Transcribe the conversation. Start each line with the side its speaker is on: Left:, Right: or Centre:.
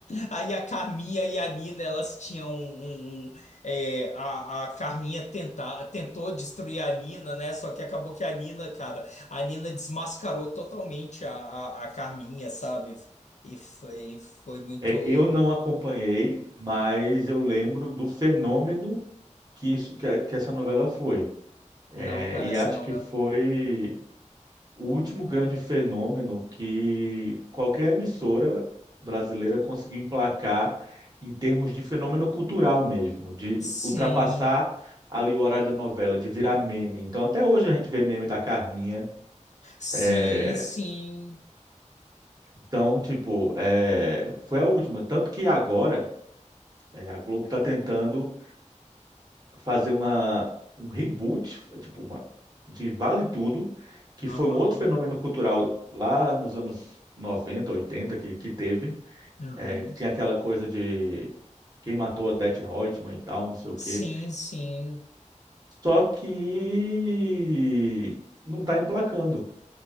Left: Aí a Carminha e a Nina, elas tinham um, um- um, é, a, a Carminha tentar, tentou destruir a Nina, né? Só que acabou que a Nina, cara, a Nina desmascarou totalmente a, a, a Carminha, sabe? E foi, foi muito.
Right: É, eu não acompanhei, mas eu lembro do fenômeno que, isso, que, a- que essa novela foi. É,
Left: Não, cara,
Right: e
Left: essa
Right: acho
Left: novela.
Right: que foi o último grande fenômeno que qualquer emissora brasileira conseguiu emplacar em termos de fenômeno cultural mesmo, de, de
Left: Sim,
Right: ultrapassar ali o horário da novela, de virar meme. Então, até hoje a gente vê meme da Carminha.
Left: sim,
Right: é,
Left: sim.
Right: Então, tipo, é, foi a última. Tanto que agora é, a Globo está tentando fazer uma, um reboot, é, tipo, uma, de Vale Tudo, que
Left: Aham.
Right: foi um outro fenômeno cultural lá nos anos 90, 80 que, que teve.
Left: Uhum.
Right: É, que tinha aquela coisa de quem matou a Odete Roitman e tal, não sei o quê.
Left: Sim, sim.
Right: Só que não está emplacando.